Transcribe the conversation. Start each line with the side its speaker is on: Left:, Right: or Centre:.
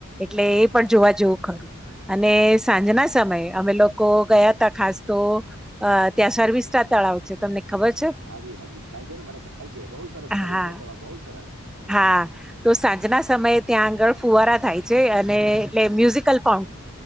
Centre: એટલે એ પણ જોવા જેવું ખરું અને સાંજના સમયે અમે લોકો ગયા ત ખાસ તો ત્યાં સર્વિસા તળાવ છે તમને ખબર છે
Right: હાજી હાજી ખ્યાલ છે ને મારે ખ્યાલ છે બહુ સરસ
Centre: હા
Right: સર્વિસ બહુ સરસ
Centre: હા તો સાંજના સમયે ત્યાં આગળ ફુવારા થાય છે અને એટલે મ્યુઝિકલ ફાઉ